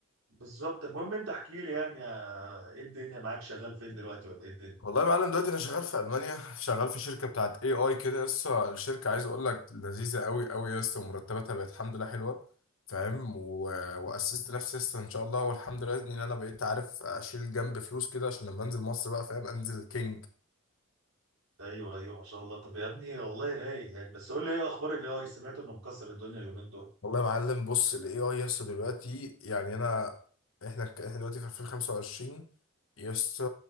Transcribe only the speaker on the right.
بالظبط المهم انت احكي لي يعني آه، ايه الدنيا معاك شغال فين دلوقتي ولا ايه الدنيا
ايوه ايوه ما شاء الله طب يا ابني والله رايق يعني بس قول لي ايه اخبار اللي هو سمعت انه مكسر الدنيا اليومين دول